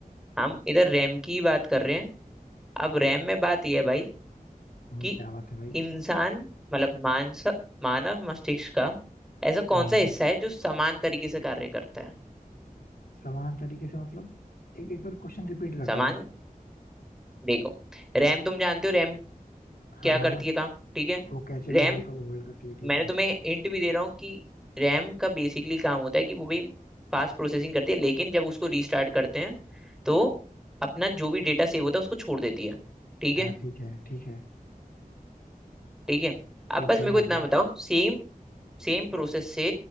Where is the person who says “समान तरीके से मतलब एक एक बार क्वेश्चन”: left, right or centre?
Left